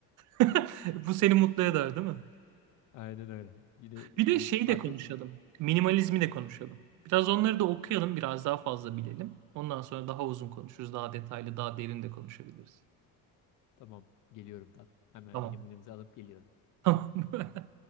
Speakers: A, on the right; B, on the left.
A: <laughs> Bu seni mutlu eder, değil mi?
B: Aynen öyle. Yine
A: Bir de şeyi
B: makro
A: de konuşalım. Minimalizmi de konuşalım. Biraz onları da okuyalım, biraz daha fazla bilelim. Ondan sonra daha uzun konuşuruz, daha detaylı, daha derin de konuşabiliriz.
B: Tamam, geliyorum ben. Hemen
A: Tamam.
B: minimalimizi alıp geliyorum.
A: <laughs> Tamam.